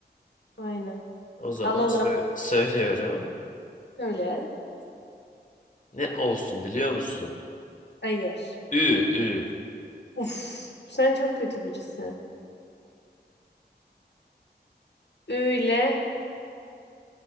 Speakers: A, on the left; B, on the left.
A: Aynen.
B: O zaman
A: Alalım.
B: sö- söylüyorum.
A: Öyle.
B: Ne olsun biliyor musun?
A: Hayır.
B: Ü, ü.
A: Uf. Sen çok kötü birisin. Üyle.